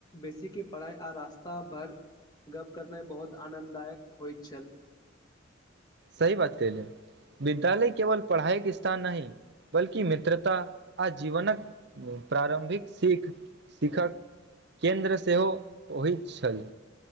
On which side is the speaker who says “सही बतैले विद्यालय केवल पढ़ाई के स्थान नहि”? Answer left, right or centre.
Right